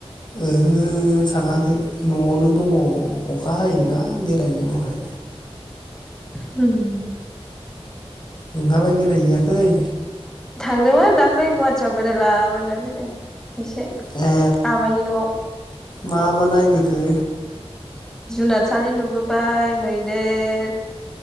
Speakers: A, on the left; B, in the centre.
A: ओहो थाङाखै न'आवनो दङ अखा हायोना बेरायनायावहाय,
B: उम
A: नोंहालाय बेरायहैयाखै?
B: थांदोंमोन दाख्लै गुवाटियाव बेरायलाबायना फैदों। एसे
A: ए
B: आमाइनि न'आव
A: मा मा नायबोखो?
B: जुनारसालि नुबोबाय मैदेर,